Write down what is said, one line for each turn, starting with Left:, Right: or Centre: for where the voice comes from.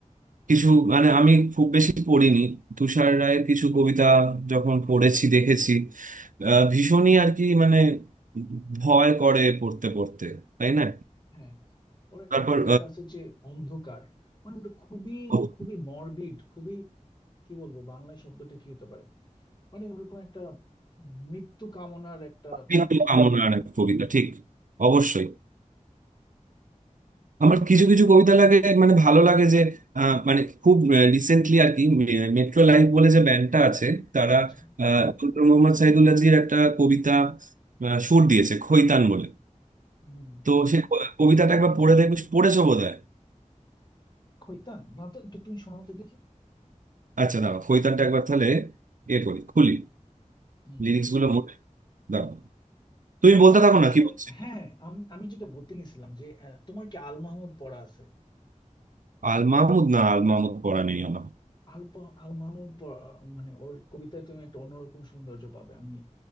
Right: কিছু মানে আমি খুব বেশি পড়িনি তুষার রায়ের কিছু কবিতা যখন পড়েছি দেখেছি আহ, ভীষণই আর কি মানে ভয় করে পড়তে পড়তে তাই না
Left: হ্যাঁ ওর একটা
Right: তারপর
Left: কবিতা আছে যে অন্ধকার মানে ওটা খুবই
Right: আহ,
Left: খুবই মরবিড খুবই কি বলবো বাংলায় শব্দটা কি হতে পারে মানে ওরকম একটা মৃত্যু কামনার একটা
Right: মৃত্যু কামনার
Left: একটা-
Right: এক কবিতা ঠিক
Left: হ্যাঁ
Right: অবশ্যই আমার কিছু কিছু কবিতা লাগে মানে ভালো লাগে যে আহ, মানে খুব রিসেন্টলি আর কি মেট্রো লাইফ বলে যে ব্যান্ডটা আছে তারা
Left: আচ্ছা
Right: আহ, ডক্টর মোহাম্মদ সাইদুল্লাহজির একটা কবিতা আহ, সুর দিয়েছে খৈতান বলে
Left: হম
Right: তো সে ক- কবিতাটা একবার পড়ে দেখবে পড়েছো বোধহয়
Left: খৈতান না তো একটু তুমি শোনাতে দেখি
Right: আচ্ছা দাঁড়াও খৈতানটা একবার তাহলে এ করি খুলি
Left: হম
Right: লিরিক্স গুলো মোট দাঁড়াও তুমি
Left: আমার
Right: বলতে
Left: অবশ্য
Right: থাকো না কি বলছি
Left: হ্যাঁ আমি আমি যেটা বলতে নিছিলাম যে আহ, তোমার কি আল মাহমুদ পড়া আছে
Right: আল মাহমুদ না আল মাহমুদ পড়া নেই আমার
Left: আলপা আল মাহমুদ প- মানে ওর কবিতায় তুমি একটা অন্যরকম সৌন্দর্য পাবে আমি